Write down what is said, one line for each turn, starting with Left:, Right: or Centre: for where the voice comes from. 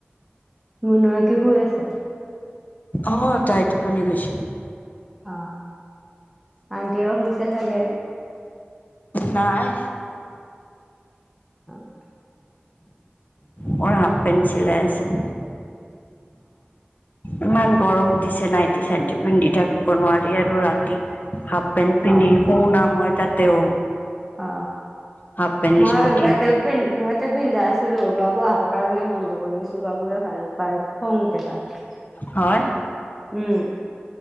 Centre: মোৰ লৰাকে শুই আছে।
Left: অ তাই টোপনি গৈছে।
Centre: অ আন্তিৱ শুইছে চাগে।
Left: নাই
Centre: হয় <inaudible>
Left: মোৰ হাফ পেণ্ট চিলাই আছে। ইমান গৰম দিছে নাইটি চাইটি পিন্ধি থাকিব নোৱাৰি আৰু ৰাতি হাপ পেন্ট
Centre: অ',
Left: পিন্ধি শুনা মই তাতেও
Centre: অ
Left: হাফ পেণ্ট
Centre: মই
Left: স্পটিং
Centre: এতে পন্ধ ইয়াতে পিন্ধা আছিলো বাবু অহাৰ কাৰণে বন্ধ কৰি দিছো বাবুয়ে ভাল নাপায়। খং উঠে তাৰ।
Left: হয়
Centre: উম